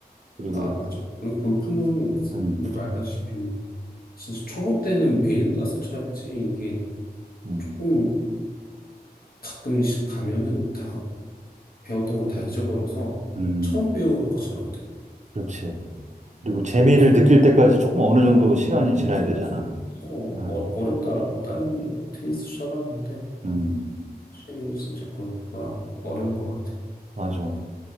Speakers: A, on the right; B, on the left.
A: 그리고,
B: 아, 맞아. 그리고 골프는
A: 음,
B: 너도 알다시피 진짜 초보 때는 매일 가서 쳐야지 이게
A: 음,
B: 조금 가끔씩 가면은 다 배웠던 걸 다 잊어버려서
A: 음,
B: 처음 배우는 것처럼 돼.
A: 그렇지. 그리고
B: 아, 맞아.
A: 재미를
B: 그래서
A: 느낄 때까지 조금 어느 정도 시간이 지나야
B: 맞아,
A: 되잖아.
B: 맞아. 진짜 어,
A: 아,
B: 어렵더라고. 다른 뭐 테니스 쳐봤는데
A: 음,
B: 확실히 진짜 골프가 어려운 것 같아.
A: 맞아.